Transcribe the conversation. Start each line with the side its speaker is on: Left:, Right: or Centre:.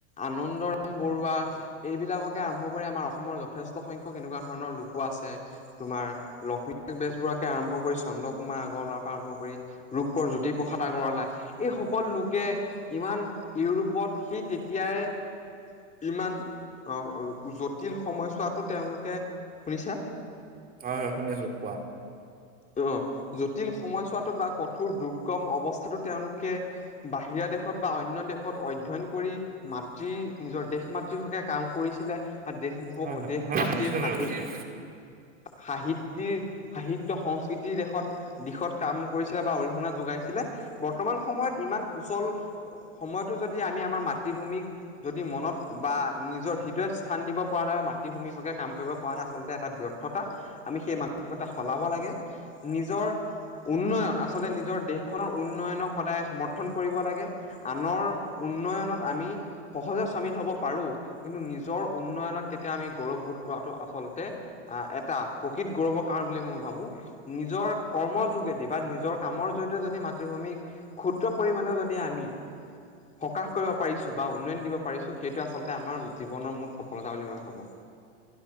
Left: আনন্দৰাম বৰুৱা এইবিলাককে আৰম্ভ কৰি আমাৰ অসমৰ যথেষ্ট সংখ্যক এনেকুৱা ধৰণৰ লোকো আছে। তোমাৰ লক্ষ্মীনাথ বেজবৰুৱৰাকে আৰম্ভ কৰি চন্দ্ৰ কুমাৰ আগৰৱালা। আৰম্ভ কৰি ৰূপকৰ জ্যোতিপ্ৰসাদ আগৰৱালা এইসকল লোকে ইমান ইউৰোপৰ। সি তেতিয়াই। ইমান জটিল সময়ছোৱাতটো তেওঁলোকে শুনিছা।
Right: হয় হয় শুনি আছো কোৱা।
Left: অঁ জটিল সময়ছোৱাাতটো বা কঠোৰ দুৰ্গম অৱস্থাতো তেওঁলোকে বাহিৰা। দেশত বা অন্য দেশত অধ্যয়ন কৰি মাতৃ নিজৰ দেশ মাতৃ হকে কাম কৰিছিলে। বা দেশ
Right: হয় হয়
Left: দেশ
Right: হয়
Left: মাতৃৰ
Right: হয় নিশ্চিত
Left: সাহি
Right: ভাৱে কৈছিলো।
Left: সাহিত্যিক সাহিত্য। সংস্কৃতিৰ দেশত দিশত কাম কৰিছিলে বা অৰিহণা যোগাইছিলে বৰ্তমান সময়ত ইমান। অচল সময়টো যদি আমি আমাৰ মাতৃভূমিক যদি মনত বা নিজৰ হৃদয়। স্থান দিব পৰা নাই বা মাতৃভূমি হকে কাম কৰিব পৰা নাই আচলতে এটা বৰ্থতা আমি সেই মানসিকতা সলাব লাগে। নিজৰ উন্নয়ন আচলতে নিজৰ। দেশখনৰ উন্নয়নক সদায় সমৰ্থন কৰিব লাগে আনৰ উন্নয়নত আমি। সহজত চামিন হ'ব পাৰোঁ। কিন্তু নিজৰ উন্নয়নত কেতিয়া আমি গৌৰৱবোধ কৰাটো আচলতে আহ এটা প্ৰকৃত গৌৰৱ। ৰ কাৰণ বুলি মই ভাবো নিজৰ কৰ্মৰ যোগেদি বা নিজৰ কামৰ জৰিয়তে যদি মাতৃভূমিক ক্ষুদ্ৰ পৰিমাণে যদি আমি সকাহ কৰিব পাৰিছো বা উন্নয়ন দিব পাৰিছো সেইটোৱে আচলতে আমাৰ জীৱনৰ মূল সফলতা বুলি মই ভাবো